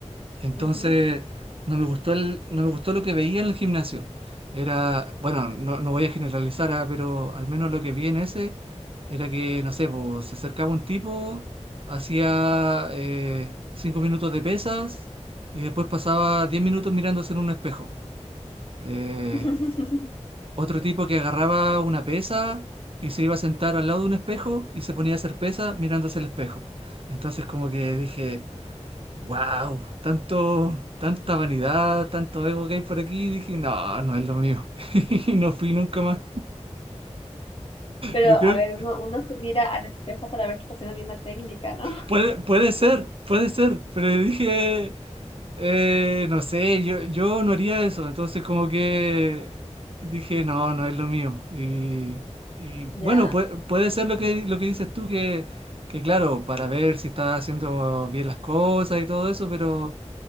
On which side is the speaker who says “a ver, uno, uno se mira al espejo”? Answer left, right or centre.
Left